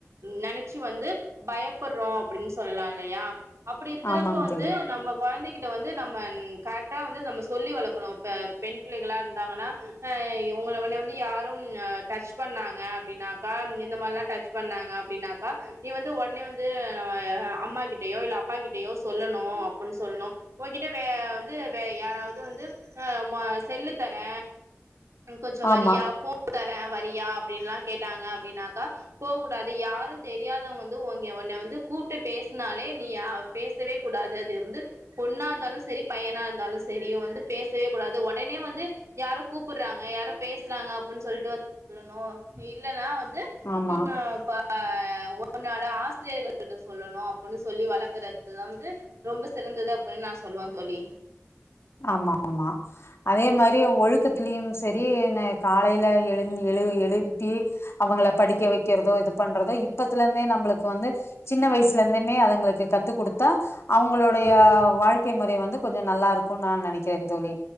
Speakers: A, on the right (about 75°); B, on the left (about 60°).
A: நெனைச்சு வந்து பயப்ப றோ அப்டின்னு சொல்லலா இல்லையா அப்டி இருக்குறப்ப
B: ஆமாங்க
A: வந்து
B: தோழி
A: நம்ம கொழந்தைக் கிட்ட வந்து நம்ம கரெக்டா வந்து நம்ம சொல்லி வளக்கணு பெண் பிள்ளைகளா இருந்தாங்கனா உங்கள உன்னைய வந்து யாரும் ம் டச் பண்ணாங்க அப்டினாக்கா இந்த மாரிலா டச் பண்ணாங்க அப்டினாக்கா நீ வந்து உடனே வந் து அம்மா கிட்டயோ இல்ல அப்பா கிட்டயோ சொல்லணு அப்டின்னு சொல்லணு உங்கிட்ட வே வந்து ட யாராவது வந்து அ மொ செல்லு தரே கொஞ்சோ வரியா
B: ஆமா
A: போன் தரே வரியா அப்டின்லா கேட்டாங்க அப்டின்னாக்கா போ கூடாது யாரு தெரியாதவங்க வந்து உங்க உன்ன வந்து கூப்ட்டு பேசுனாலே நீ பேசவே கூடாது அது வந்து பொண்ணா இருந்தாலு செரி பையனா இருந் தாலு செரி வந்து பேசவே கூடாது உடனே வந்து யாரோ கூப்டுறாங்க யாரோ பேசுறாங்க அப் ப்னு சொல்லிட்டு வந்துறனு இல்லனா வந்து
B: ஆமா
A: ம் உன்னாட ஆசிரியர்கள் கிட்ட சொல்லணு அப்டின்னு சொல்லி வளக்குறதுத வந்து ரொம்ப சிறந்தது அப்டின்னு நா சொல்லுவே தோழி
B: ஆமா ஆமா அதே மாரி ஒழுக்கத்திலேயும் செரி என்ன காலைல எழுந் எழு எழுப்பி அவுங்கள படிக்க வைக்கிறதோ இது பண்றதோ இப் இப்பத்துல இருந்தே நம்முளுக்கு வந்து சின்ன வயசுல இருந்துமே அதுங்குளுக்கு கத்துக் கொடுத்தா அவுங்களுடைய
A: ம்
B: வாழ்க்கை முறை வந்து கொஞ்ஜோ நல்லா இருக்கும் தா நெனைக்கிறேன் தோழி